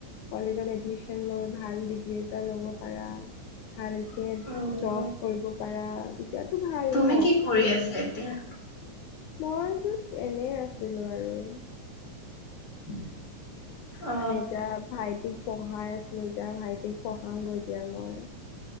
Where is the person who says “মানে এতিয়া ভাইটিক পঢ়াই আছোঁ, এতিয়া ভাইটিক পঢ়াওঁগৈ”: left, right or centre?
Left